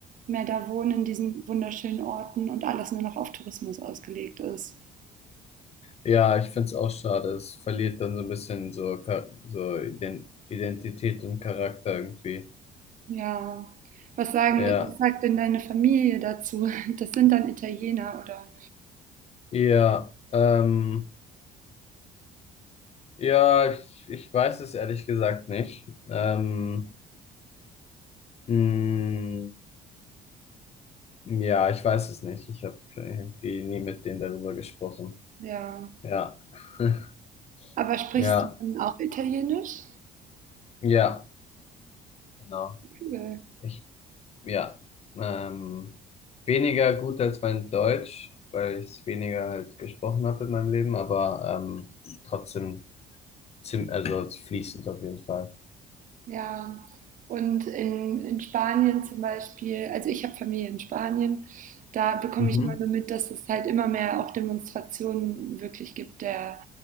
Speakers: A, on the right; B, on the left.
A: mehr da wohnen in diesen wunderschönen Orten und alles nur noch auf Tourismus ausgelegt ist.
B: ja, ich finde es auch schade. Es verliert dann so ein bisschen so, Ka- so Ident- Identität und Charakter irgendwie.
A: Ja. Was sagen,
B: Ja,
A: was sagt denn deine Familie dazu? <laughs> Das sind dann Italiener oder
B: ja, ähm, ja, ich, ich weiß es ehrlich gesagt nicht. Ähm, mh. Ja, ich weiß es nicht. Ich habe irgendwie nie mit denen darüber gesprochen.
A: ja.
B: Ja, <laughs>
A: Aber sprichst
B: ja,
A: du dann auch Italienisch?
B: ja, genau.
A: Cool.
B: Ich, ja, ähm, weniger gut als mein Deutsch, weil ich es weniger halt gesprochen habe in meinem Leben, aber ähm, trotzdem zim also fließend auf jeden Fall.
A: Ja, und in, in Spanien zum Beispiel, also ich habe Familie in Spanien, da bekomme
B: Mhm.
A: ich immer nur mit, dass es halt immer mehr auch Demonstrationen wirklich gibt der